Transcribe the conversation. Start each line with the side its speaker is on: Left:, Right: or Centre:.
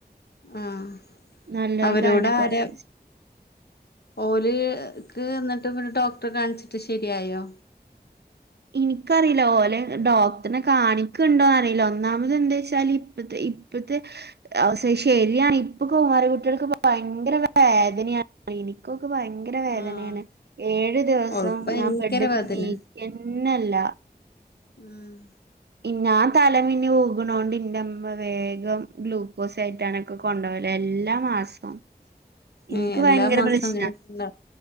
Left: ആഹ്
Right: നല്ലൊരു
Left: അവരോടാരാ
Right: ഗൈനക്കോളജിസ്റ്റ്
Left: ഓല് ക്ക്ന്നിട്ട് പിന്നെ ഡോക്ടറെ കാണിച്ചിട്ട് ശരിയായോ?
Right: ഇനിക്കറില്ല ഓലെ ഡോക്ടർനെ കാണിക്ക്ണ്ടോ അറീലൊന്നാമത് എന്തേച്ചാല് ഇപ്പത്തെ ഈ ഇപ്പത്തെ അവ ശരിയാണ് ഇപ്പൊ കൗമാര കുട്ടേൾക്ക് വയങ്കര വേദനയാണ് ഇനിക്കൊക്കെ വയങ്ക ങ്കരവേദനേണ്
Left: ആഹ്
Right: ഏഴു ദിവസം
Left: ഓൾക്ക് ഭയങ്കര
Right: ഞാൻ ബെഡിന്ന്
Left: വേദന
Right: നീക്കഞ്ഞേല്ല
Left: ഉം
Right: ഇന്നാം തലമിഞ്ഞി വുഗുണോണ്ട് ഇന്റെമ്മ വേഗം ഗ്ലൂക്കോസയറ്റാനൊക്കെ കൊണ്ടോവലാ എല്ലാമാസോം ഇന്ക്
Left: ഏഹ് എല്ലാ
Right: വയങ്കര
Left: മാസം
Right: പ്രശ്നാ
Left: അങ്ങനെയൊക്കെള്ള